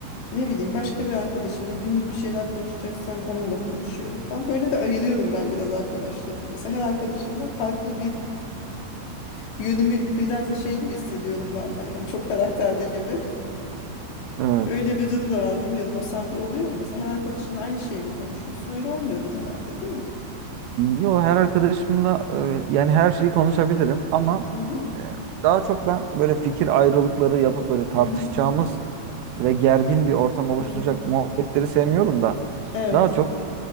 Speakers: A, on the left; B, on the right.
A: Ne bileyim başka bir arkadaşımla günlük bir şeyler konuşacaksam onunla konuşuyorum falan. Böyle de ayırıyorum ben biraz arkadaşlarım. Mesela her arkadaşımla farklı bir yönümü biraz da şey gibi hissediyorum bazen. Yani çok karakterli gibi.
B: Evet.
A: Öyle bir durum da var bilmiyorum. O sende oluyor mu? Mesela her arkadaşınla aynı şeyi mi konuşuyorsun? Öyle olmuyordu herhalde, değil mi?
B: Yo her arkadaşımla e, yani her şeyi konuşabilirim ama
A: Hı hı.
B: e, daha çok ben böyle fikir ayrılıkları yapıp böyle tartışacağımız
A: Hı hı.
B: ve gergin bir ortam oluşturacak
A: hı.
B: muhabbetleri sevmiyorum da
A: Evet.
B: daha çok